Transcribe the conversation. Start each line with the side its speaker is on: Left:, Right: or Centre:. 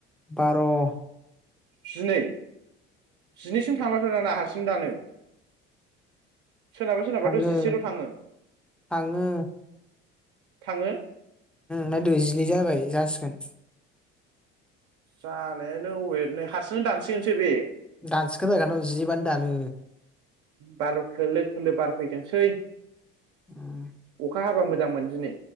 Centre: बार' उम
Right: जिनै। जिनैसिम थांना फोराना हारसिं दानो सोरनाबा सोरनाबाथ'
Centre: थाङो
Right: जिसेल' थाङो
Centre: थाङो
Right: थाङो
Centre: नायदो जिनै जाबाय । जासिगोन
Right: जानायानो अबे नै हारसिंनो दानसिगोनसो बे
Centre: दानसिगोन जाहैखागोन र' जिनैबानो दानो
Right: बार' खोलो खोलो बारफैदोंसै
Centre: ओम।
Right: अखा हाबा मोजांमोन दिनै